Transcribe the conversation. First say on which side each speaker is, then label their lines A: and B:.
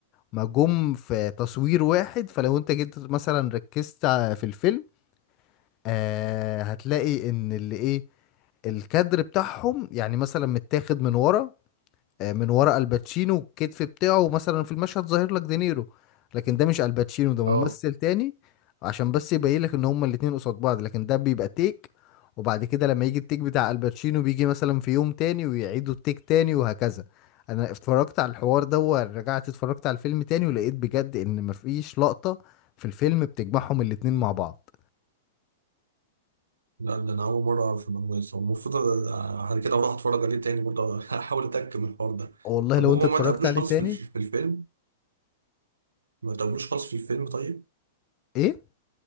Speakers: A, on the left (about 40°); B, on the right (about 75°).
A: ما جم في تصوير واحد فلو انت جيت مثلا ركزت ع- في الفيلم آه هتلاقي ان اللي ايه الكادر بتاعهم يعني مثلا متاخد من ورا آه، من ورا الباتشينو الكتف بتاعه مثلا في المشهد ظاهر لك دينيرو لكن ده مش الباتشينو ده ممثل
B: اه
A: تاني عشان بس يبين لك ان هما الاتنين قصاد بعض لكن ده بيبقى تيك وبعد كده لما يجي التيك بتاع الباتشينو بيجي مثلا في يوم تاني ويعيدوا التيك تاني وهكذا انا اتفرجت على الحوار ده ورجعت اتفرجت على الفيلم تاني ولقيت بجد ان مفيش لقطة في الفيلم بتجمعهم الاتنين مع بعض
B: لا ده أنا أول مرة أعرف المعلومة دي المفروض أنا- بعد كده أروح أتفرج عليه تاني برضه <laughs> أحاول أتأكد من الحوار ده
A: والله
B: طب
A: لو
B: هما
A: انت اتفرجت
B: ما تقابلوش
A: عليه
B: خالص
A: تاني
B: في ال- في الفيلم ما تقابلوش خالص في الفيلم طيب
A: ايه